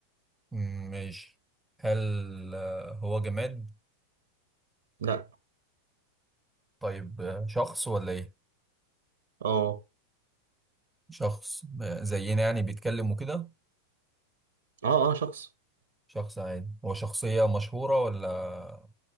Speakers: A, in the centre; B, on the right.
A: مم، ماشي هل آه، هو جماد
B: لا
A: طيب آه، شخص ولا ايه
B: اه
A: شخص آه، زينا يعني بيتكلم وكده
B: اه اه شخص
A: شخص عادي هو شخصية مشهورة ولا